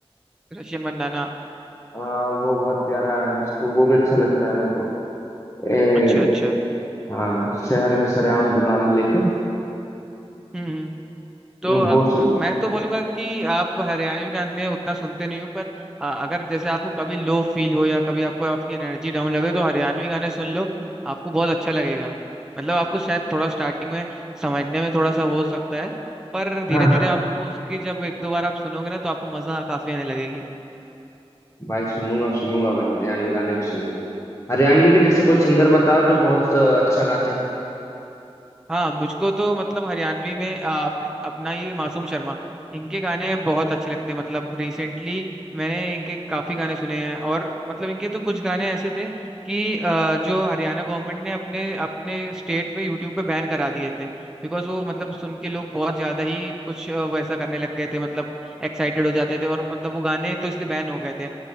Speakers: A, in the centre; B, on the left.
A: रशियन मंदाना
B: आ, वो बहुत प्यारा है उसको वो भी अच्छा लगता है मेरे को ए,
A: अच्छा अच्छा
B: हाँ शहर में सरेआम दुनाने लेके
A: हम्म हम्म। तो
B: यूं
A: अ,
B: वो सुनना
A: मैं तो बोलूंगा कि आप हरियाणवी गाने उतना सुनते नहीं हो पर अ, अगर जैसे आपको कभी लो फील हो या कभी आपको आपकी एनर्जी डाउन लगे तो हरियाणवी गाने सुन लो आपको बहुत अच्छा लगेगा मतलब आपको शायद थोड़ा स्टार्टिंग में समझने में थोड़ा सा हो सकता है पर धीरे
B: हाँ
A: धीरे आपको उसकी जब एक दो बार आप सुनोगे ना तो आपको मजा काफी आने लगेगी
B: भाई सुनूंगा सुनूंगा भाई हरियाणवी गाने भी सुनूंगा हरियाणवी के जैसे कोई
A: हम्म
B: सिंगर बताओ जो बहुत अ, अच्छा गाते हैं
A: हाँ मुझको तो मतलब हरियाणवी में आ, अप, अपना ये मासूम शर्मा इनके गाने बहुत अच्छे लगते हैं मतलब रिसेंटली मैंने इनके काफी गाने सुने हैं और मतलब इनके तो कुछ गाने ऐसे थे कि आ, जो हरियाणा गवर्नमेंट ने अपने अपने स्टेट में यूट्यूब पे बैन करा दिए थे बिकॉज वो मतलब सुन के लोग बहुत ज्यादा ही कुछ आ, वैसा करने लग गए थे मतलब एक्साइटेड हो जाते थे और मतलब वो गाने तो इसलिए बैन हो गए थे